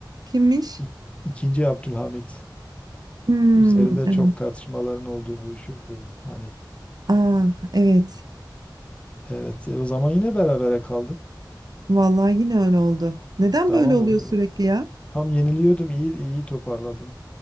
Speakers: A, on the right (about 55°); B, on the left (about 15°).
A: Kimmiş?
B: İk- İkinci Abdülhamit.
A: Hmm,
B: Üzerinde
A: evet.
B: çok tartışmaların olduğu şu hani
A: Aa, evet.
B: Evet, e, o zaman yine berabere kaldık.
A: Vallahi yine öyle oldu. Neden
B: Tamam,
A: böyle oluyor
B: o-
A: sürekli ya?
B: tam yeniliyordum, iyi iyi toparladım.